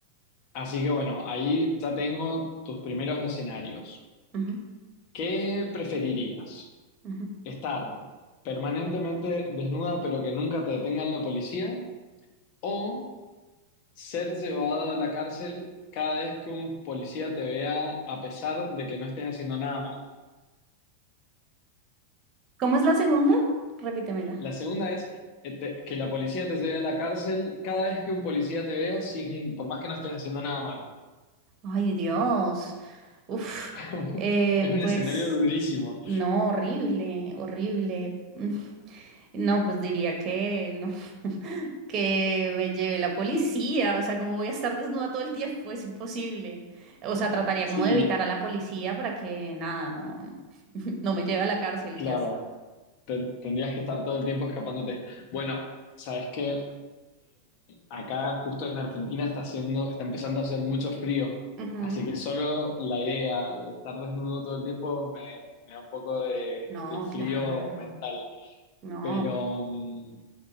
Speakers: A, on the left; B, on the right.
A: Así que bueno, ahí ya tengo tus primeros escenarios.
B: Ujú,
A: ¿Qué preferirías?
B: ujú.
A: ¿Estar permanentemente desnuda pero que nunca te detenga la policía? ¿O ser llevada a la cárcel cada vez que un policía te vea a pesar de que no estés haciendo nada malo?
B: ¿Cómo es la segunda? Repítemela.
A: La segunda es eh, te- que la policía te lleve a la cárcel cada vez que un policía te vea sin, por más que no estés haciendo nada malo.
B: Ay, Dios. Uf,
A: <laughs>
B: eh,
A: Es un
B: pues
A: escenario durísimo.
B: no, horrible, horrible. <laughs> No, pues diría que no, <laughs> que me lleve la policía, o sea, ¿cómo voy a estar desnuda todo el tiempo? Es imposible. O sea, trataría
A: Sí,
B: como de evitar a la policía para que nada, no, no, <laughs> no me lleve a la cárcel
A: claro.
B: y ya está.
A: Ten- Tendrías que estar todo el tiempo escapándote. Bueno, sabes que acá justo en Argentina está haciendo, está empezando a hacer mucho frío,
B: Ujú.
A: así que solo la idea de estar desnudo todo el tiempo me, me da un poco de,
B: No,
A: de frío
B: claro,
A: mental.
B: no,
A: Pero, mm,